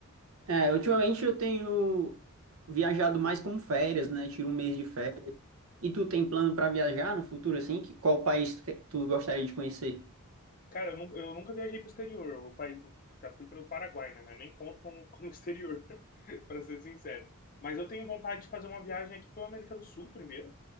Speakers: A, on the right; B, on the left.
A: É, ultimamente eu tenho viajado mais como férias, né, tiro um mês de férias. E tu tem plano para viajar no futuro, assim? Que, qual país tu, que- tu gostaria de conhecer?
B: Cara, eu nunca, eu nunca viajei pro exterior. O país, já fui pro Paraguai, né? Mas nem conto como, como exterior, <laughs> para ser sincero. Mas eu tenho vontade de fazer uma viagem aqui pela América do Sul primeiro.